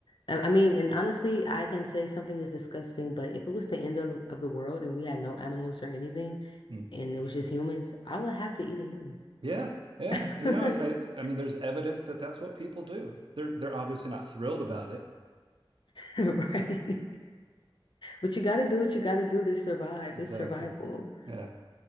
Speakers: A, on the left; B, on the right.
A: I I mean, and honestly, I can say something is disgusting, but if it was the end of, of the world and we had no animals or anything,
B: Mm.
A: and it was just humans, I would have to eat a human.
B: Yeah, yeah.
A: <laughs>
B: You know, I, I, I mean, there's evidence that that's what people do. They're, they're obviously not thrilled about it.
A: Right? But you gotta do what you gotta do to survive.
B: Exactly.
A: It's survival.
B: Yeah,